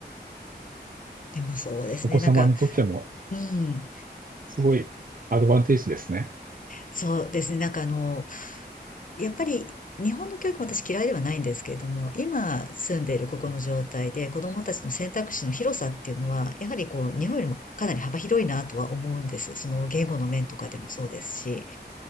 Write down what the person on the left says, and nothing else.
でもそうですね。
なんか、うん、
そうですね。なんかあの、やっぱり日本の教育も私嫌いではないんですけれども、今住んでいるここの状態で子供たちの選択肢の広さっていうのは、やはりこう、日本よりもかなり幅広いなとは思うんです。その言語の面とかでもそうですし。